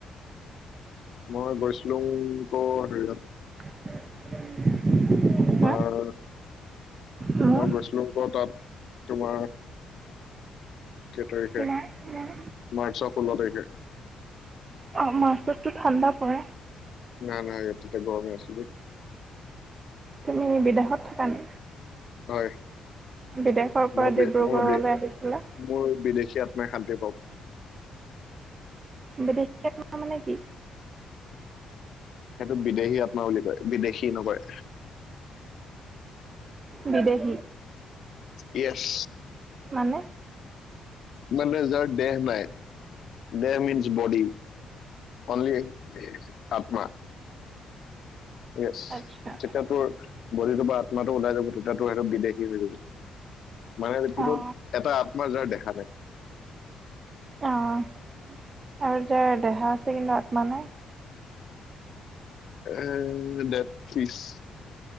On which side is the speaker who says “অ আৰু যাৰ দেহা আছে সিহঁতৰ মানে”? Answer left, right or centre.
Right